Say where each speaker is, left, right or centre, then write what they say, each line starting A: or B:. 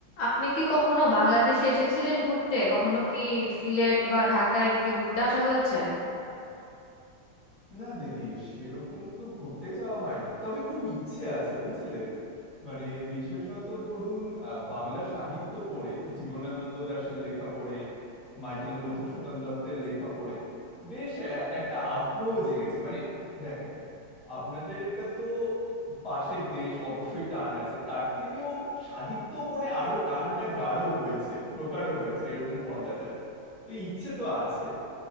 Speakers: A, on the left (about 70°); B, on the left (about 45°).
A: আপনি কি কখনো বাংলাদেশে এসেছিলেন ঘুরতে কখনো কি সিলেট বা ঢাকা এদিকে ঘুরতে আসা হয়েছে
B: না দিদি সেরকম তো ঘুরতে যাওয়া হয়নি তবে খুব ইচ্ছে আছে বুঝলেন মানে বিশেষত ধরুন আহ, বাংলা সাহিত্য পড়ে জীবনানন্দ দাশের লেখা পড়ে মাইকেল মধুসূদন দত্তের লেখা পড়ে বেশ আহ, একটা আগ্রহ জেগেছে মানে দেখেন আপনাদের এটা তো পাশের দেশ অবশ্যই টান আছে তার থেকেও সাহিত্য পড়ে আরো টানটা গাঢ় হয়েছে প্রগাঢ় হয়েছে এরকম বলা যায় তো ইচ্ছে তো আছে